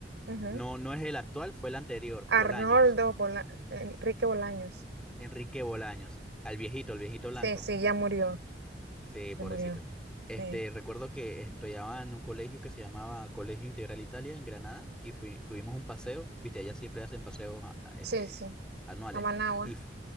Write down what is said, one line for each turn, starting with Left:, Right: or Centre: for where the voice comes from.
Right: Ujú.
Centre: No, no es el actual, fue el anterior,
Right: Arnoldo
Centre: Bolaños,
Right: Bola- Enrique Bolaños.
Centre: Enrique Bolaños, al viejito, el viejito blanco.
Right: Sí, sí, ya murió,
Centre: Sí, pobrecito.
Right: ya murió.
Centre: Este,
Right: Sí,
Centre: recuerdo que estudiaba en un colegio que se llamaba Colegio Integral Italia en Granada y fui- tuvimos un paseo, viste, allá siempre hacen paseos a- a-
Right: sí,
Centre: este,
Right: sí.
Centre: anuales.
Right: A Managua.
Centre: Y fu-